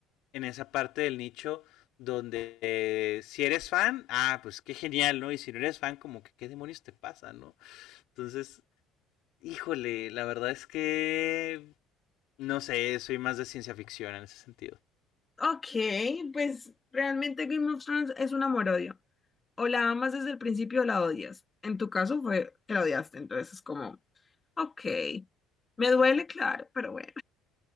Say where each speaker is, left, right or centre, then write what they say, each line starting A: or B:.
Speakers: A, on the left; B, on the left.
A: en esa parte del nicho donde eh, si eres fan, ah, pues qué genial, ¿no? Y si no eres fan, como que qué demonios te pasa, ¿no? Entonces, híjole, la verdad es que no sé, soy más de ciencia ficción en ese sentido.
B: Ok, pues realmente Game of Thrones es un amor-odio. O la amas desde el principio o la odias. En tu caso fue que la odiaste, entonces es como, ok, me duele, claro, pero bueno.